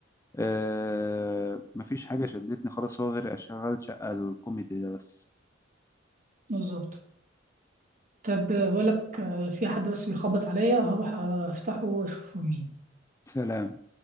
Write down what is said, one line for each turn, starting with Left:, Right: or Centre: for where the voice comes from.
Left: أه مفيش حاجه شدتني خالص هو غير اشغال شقه الكوميدي ده بس
Right: بالظبط طب بقول لك آه، في حد بس بيخبط عليا هروح افتحه واشوفه مين
Left: سلام